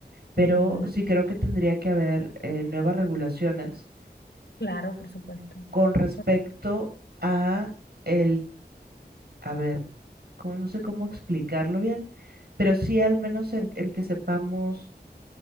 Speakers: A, on the right (about 65°); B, on the left (about 75°).
A: pero
B: Ujú,
A: sí creo que tendría que haber eh, nuevas regulaciones
B: Claro, por supuesto.
A: con respecto
B: Por-
A: a el, a ver, como- no sé cómo explicarlo bien, pero sí al menos el el que sepamos.